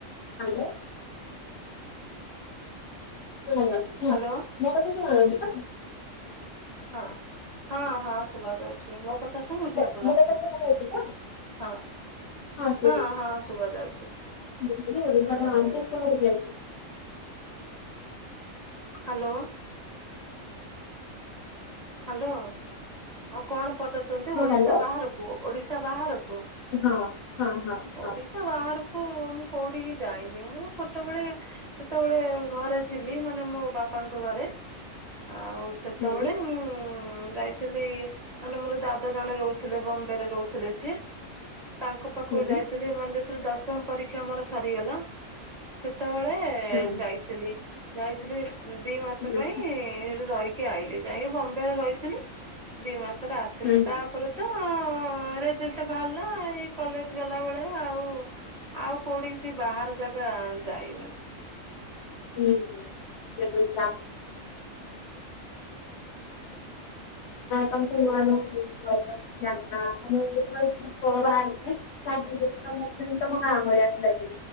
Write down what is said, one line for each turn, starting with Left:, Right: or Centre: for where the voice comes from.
Left: ହ୍ୟାଲୋ। ହଁ ଯା <unintelligible>
Right: ହ୍ୟାଲୋ।
Left: ମୋ କଥା ଶୁଣା ଯାଉଛି ତ?
Right: ହଁ। ହଁ, ହଁ ଶୁଭା ଯାଉଛି, ମୋ କଥା ଶୁଭୁଛି
Left: ମୋ
Right: ଆପଣଙ୍କୁ?
Left: ମୋ କଥା ଶୁଣାଯାଉଛି ତ
Right: ହଁ।
Left: ଶୁଭୁଛି
Right: ହଁ,
Left: ଶୁଭୁଛି।
Right: ହଁ ଶୁଭା ଯାଉଛି ହୁଁ,
Left: ମୁଁ କହିଲି ଓଡିଶା ବାହାରକୁ
Right: ହୁଁ।
Left: କୁଆଡେ ଯାଇଥିଲ
Right: ହ୍ୟାଲୋ।
Left: <unintelligible>
Right: ହ୍ୟାଲୋ, ଆଉ କଣ ପଚାରୁଛନ୍ତି?
Left: ହଁ
Right: ଓଡିଶା
Left: ହ୍ୟାଲୋ
Right: ବାହାରକୁ, ଓଡିଶା ବାହାରକୁ?
Left: ହଁ, ହଁ, ହଁ। ହଁ
Right: ଓଡିଶା ବାହାରକୁ ମୁଁ କୋଉଠିକି ଯାଇନି। ମୁଁ ଛୋଟବେଳେ ସେତେବେଳେ ଘରେ ଥିଲି ମାନେ ମୋ ବାପାଙ୍କ ଘରେ ଆଉ ସେତେବେଳେ
Left: ହୁଁ
Right: ହଁ ଯାଇଥିଲି ମାନେ ମୋର ଦାଦା ଜଣେ ରହୁଥିଲେ ବମ୍ବେ ରେ ରହୁଥିଲେ ସିଏ ତାଙ୍କ ପା
Left: ହୁଁ
Right: ପାଖକୁ ଯାଇଥିଲି ମାନେ ଯେତେବେଳେ ଦଶମ ପରୀକ୍ଷା ଆମର ସରିଗଲା। ସେତେବେଳେ
Left: ହୁଁ
Right: ଯାଇ ଯାଇଥିଲି ଦି ମାସ
Left: ହୁଁ
Right: ପାଇଁ ସେଠି ରହିଥିଲି, ଆଇ ଯାଇକି ବମ୍ବେ ରେ ରହିଥିଲି। ଦି ମାସରେ ଆସିଲି,
Left: ହୁଁ
Right: ତାପରେ ତ ରେଜଲ୍ଟ ବାହାରିଲା ଏଇ କଲେଜ ଗଲା ବେଳେ ଆଉ ଆଉ କୋଉଠି କି ସେ ବାହାର ଜାଗା ଯାଇନି।
Left: ହୁଁ, ହୁଁ କେ <unintelligible> କଣ କହିଲ? <unintelligible> ଲାଗିବ ତ ତମ ଗାଁ ଭଳିଆକୁ ଲାଗିବ,